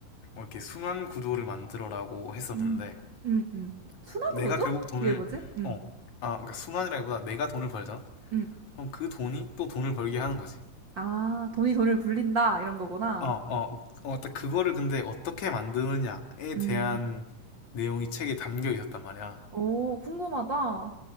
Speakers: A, on the left; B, on the right.
A: 뭐 이렇게 순환 구조를 만들어라고 했었는데
B: 음, 음, 음. 순환구조?
A: 내가 결국 돈을
B: 그게 뭐지? 음,
A: 어, 아, 그러니까 순환이라기보다 내가 돈을 벌잖아.
B: 음.
A: 그럼 그 돈이 또 돈을 벌게 하는 거지.
B: 아, 돈이 돈을 굴린다, 이런 거구나.
A: 어, 어, 어, 딱 그거를 근데 어떻게 만드느냐에
B: 음,
A: 대한 내용이 책에 담겨 있었단 말이야.
B: 오, 궁금하다.